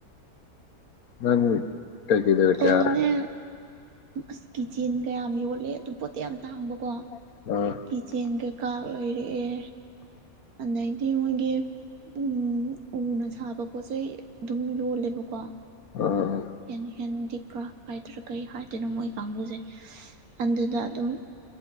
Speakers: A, on the left (about 75°); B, on the right (about 80°).
A: ꯅꯪ ꯀꯩꯀꯩ ꯂꯩꯔꯛꯀꯦ
B: ꯑꯣꯅꯦ
A: ꯑ
B: ꯑꯁ ꯀꯆꯤꯟ ꯒꯌꯥꯝ ꯌꯣꯜꯂꯦ ꯑꯗꯨ ꯄꯣꯠꯇꯤ ꯌꯥꯝ ꯇꯥꯡꯕꯀꯣ
A: ꯑꯥ
B: ꯀꯤꯆꯦꯟ ꯀꯩꯀꯥ ꯂꯩꯔꯛꯑꯦ ꯑꯗꯩꯗꯤ ꯃꯣꯏꯒꯤ ꯎꯝ ꯎꯅ ꯁꯥꯕ ꯄꯣꯠ ꯆꯩꯩ ꯑꯗꯨꯝ ꯌꯣꯜꯂꯦꯕꯀꯣ
A: ꯑꯥ
B: ꯑꯦꯟꯍꯦꯟꯗꯤ ꯀꯥ ꯍꯥꯏꯗꯔꯥ ꯀꯩ ꯍꯥꯏꯗꯣꯏꯅꯣ ꯃꯣꯏ ꯀꯥꯡꯕꯨꯁꯦ ꯑꯗꯨꯗ ꯑꯗꯨꯝ